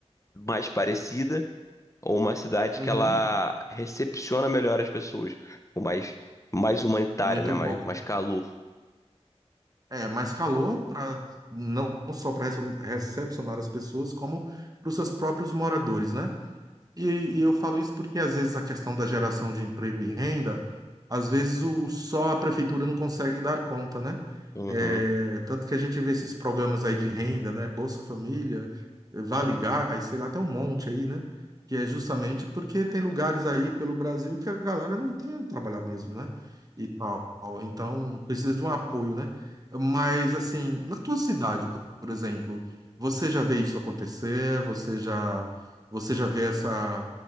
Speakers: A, on the left (about 25°); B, on the right (about 35°).
A: mais parecida ou uma cidade
B: Uhum,
A: que ela recepciona melhor as pessoas, com mais, mais humanitária,
B: muito
A: né? Mais,
B: bom.
A: mais calor.
B: É, mais calor para não só para recepcionar as pessoas, como para os seus próprios moradores, né? E, e eu falo isso porque, às vezes, a questão da geração de emprego e renda, às vezes o, só a prefeitura não consegue dar conta, né?
A: Uhum.
B: É, tanto que a gente vê esses programas aí de renda, né? Bolsa Família, eh, Vale Gás, sei lá, tem um monte aí, né? Que é justamente porque tem lugares aí pelo Brasil que a galera não tem onde trabalhar mesmo, né? E tal. Então, precisa de um apoio, né? Mas, assim, na tua cidade, por por exemplo, você já vê isso acontecer? Você já, você já vê essa